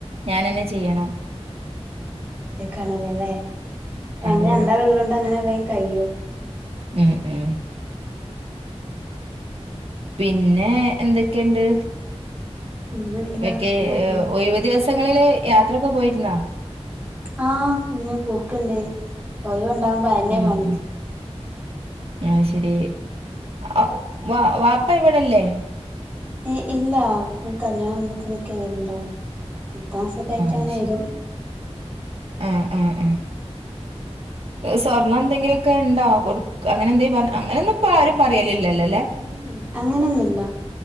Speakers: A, on the right (about 60°); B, on the right (about 15°).
A: ഞാനന്നെ ചെയ്യണം.
B: ആഹ്, അത്ക്കാണല്ലേ, ല്ലേ ഞങ്ങള്
A: അതെ
B: രണ്ടാളോള്ളോണ്ട്
A: അതെ
B: അങ്ങനെ വേം കഴ്യും
A: ഉം ഉം പിന്നെ എന്തൊക്കെയുണ്ട്?
B: പിന്നെന്താ
A: വെക്കേ.
B: സുഖാണ്
A: ഒഴിവ് ദിവസങ്ങളില് യാത്രയൊക്കെ പോയിരുന്നോ?
B: ആഹ് പിന്നെ പൂക്കൊണ്ട്. ഒയൊണ്ടാകുമ്പോ അയ്ന്നെ
A: ഉം
B: പണി.
A: ഉം ആഹ് ശെരി അവ്വ് വ വാപ്പ ഇവെടെല്ലേ?
B: ഏയ് ഇല്ല. കല്യാണം ആകുമ്പത്തിനെക്കെയേ വെരവൊണ്ടാവുള്ളൂ. അട്ത്ത മാസൊക്കായിറ്റയ്നെ
A: അത് ശരി
B: വെരും.
A: ആഹ് ആഹ് ആഹ് സ്വർണ്ണം എന്തെങ്കിലുമൊക്കെയൊണ്ടോ കൊടുക്ക അങ്ങനെ ന്തേലും പറ അങ്ങനെയൊന്നുയിപ്പയാരും പറയേലില്ലല്ലല്ലേ.
B: ഉം അങ്ങനൊന്നുവില്ല